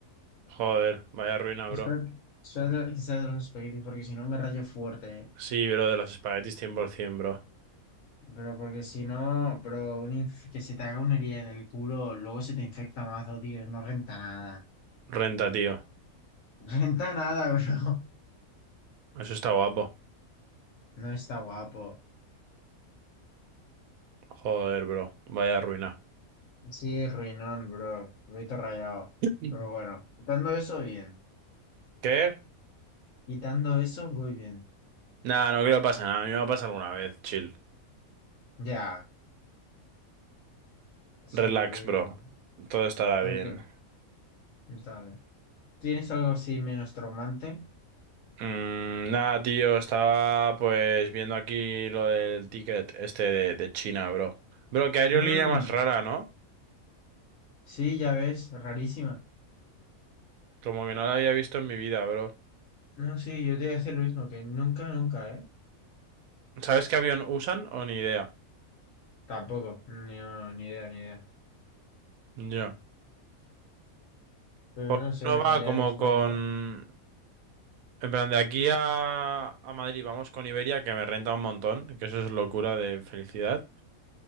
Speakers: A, on the right; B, on the left.
A: Joder, vaya ruina,
B: Espero
A: bro.
B: que sea de, que sea de los espaguetis porque si no me rayo fuerte. eh.
A: Sí, bro, de los espaguetis 100%,
B: Pero porque si no, bro, un inf- que se te haga una herida en el culo, luego se te infecta mazo, tío. No renta nada. <laughs>
A: bro. Renta, tío.
B: No renta nada, <laughs> bro.
A: Eso está guapo.
B: No está guapo.
A: Joder, bro. Vaya ruina.
B: Sí, ruinón, bro. Vito rayado.
A: Mm.
B: Pero bueno, quitando eso, bien.
A: ¿Qué?
B: Quitando eso, muy bien.
A: Nah, no creo que pase nada. A mí me va a pasar alguna vez, chill.
B: Ya. Sí,
A: Relax,
B: muy bien.
A: bro. Todo estará
B: Ok,
A: bien.
B: dale. ¿Tienes algo así menos traumante?
A: Mm, nada, tío. Estaba pues viendo aquí lo del ticket este de, de China, bro. Bro, qué aerolínea
B: Mmm,
A: más rara, ¿no?
B: sí, ya ves, rarísima.
A: Como que no la había visto en mi vida, bro.
B: No, sí, yo te voy a decir lo mismo, que nunca, nunca, ¿eh?
A: ¿Sabes qué avión usan o ni idea?
B: Tampoco, ni, no, ni idea, ni idea.
A: Ya.
B: Pero
A: Porque
B: no sé,
A: Uno
B: rayada
A: va como
B: histórica.
A: con... En plan, de aquí a, a Madrid vamos con Iberia, que me renta un montón, que eso es locura de felicidad.